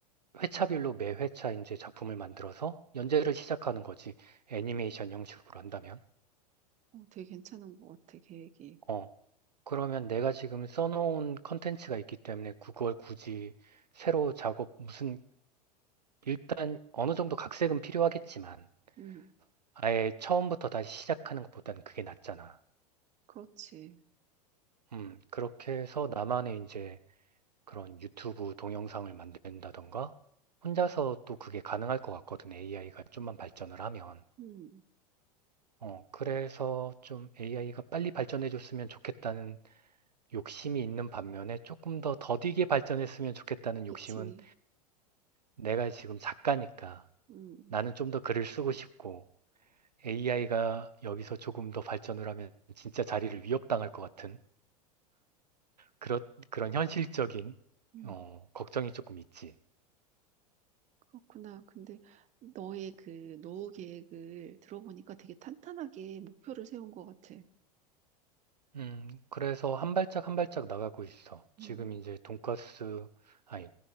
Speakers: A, on the right (about 80°); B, on the right (about 35°).
A: 회차별로 매 회차 이제 작품을 만들어서 연재를 시작하는 거지. 애니메이션 형식으로 한다면.
B: 어, 되게 괜찮은 것 같아 계획이
A: 어, 그러면 내가 지금 써놓은 컨텐츠가 있기 때문에 그걸 굳이 새로 작업, 무슨, 일단 어느 정도 각색은 필요하겠지만,
B: 음
A: 아예 처음부터 다시 시작하는 것보다는 그게 낫잖아.
B: 그렇지
A: 음, 그렇게 해서 나만의 이제 그런 유튜브 동영상을 만든다던가 혼자서 또 그게 가능할 것 같거든. AI가 좀만 발전을 하면.
B: 음
A: 어, 그래서 좀 AI가 빨리 발전해 줬으면 좋겠다는 욕심이 있는 반면에 조금 더 더디게 발전했으면 좋겠다는
B: 그치
A: 욕심은 내가 지금 작가니까
B: 음어
A: 나는 좀 더 글을 쓰고 싶고 AI가 여기서 조금 더 발전을 하면 진짜 자리를 위협당할 것 같은 그런, 그런 현실적인,
B: 음,
A: 어, 걱정이 조금 있지.
B: 그렇구나 근데 너의 그 노후 계획을 들어보니까 되게 탄탄하게 목표를 세운 것 같아
A: 음, 그래서 한 발짝 한 발짝 나가고 있어. 지금
B: 음.
A: 이제 돈가스, 아니,